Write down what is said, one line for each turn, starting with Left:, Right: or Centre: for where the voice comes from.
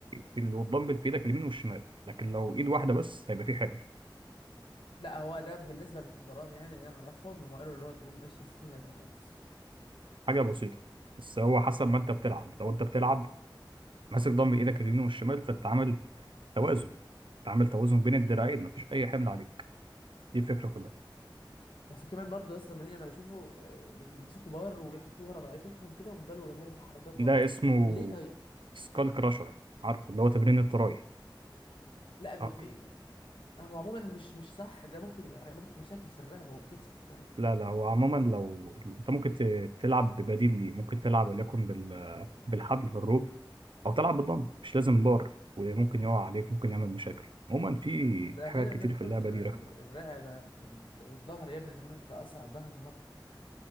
Right: في ال- والدمبل في ايدك اليمين والشمال لكن لو ايد واحدة بس هيبقى في حمل
Left: لا هو ده بالنسبه للخبراء يعني اللي انا اعرفهم هم قالوا اللي هو تمرين ملوش اي لازمه خالص
Right: حاجة بسيطة بس هو حسب ما انت بتلعب لو انت بتلعب ماسك دمبل ايدك اليمين والشمال فانت عامل توازن انت عامل توازن بين الدراعين مفيش اي حمل عليك دي الفكرة كلها
Left: ده في كمان برضه لسه منين انا بشوفه آه، بيمسكوا بار وبيحطوه ورا رقبتهم كده ويفضلوا يعملوا حركات
Right: ده
Left: ورا
Right: اسمه
Left: من ليه طيب
Right: سكال كراشر عارفه اللي هو تمرين التراي
Left: لا مش
Right: آه.
Left: في هو عموما مش مش صح ده ممكن يبقى يعمل لك مشاكل في الرقبه والكتف والكم
Right: لا لا وعموما لو انت ممكن ت- تلعب ببديل ليه ممكن تلعب وليكن بال... بالحبل بالروب او تلعب بالضم مش لازم بار وممكن يقع عليك ممكن يعمل مشاكل عموما في
Left: ده
Right: في حاجات
Left: غير
Right: كتير
Left: ان خطوره
Right: في اللعبه
Left: ال-
Right: دي
Left: ال-
Right: رخمه
Left: الرقبه وال- والظهر يا ابني انت مش بتتاثر على الظهر من مره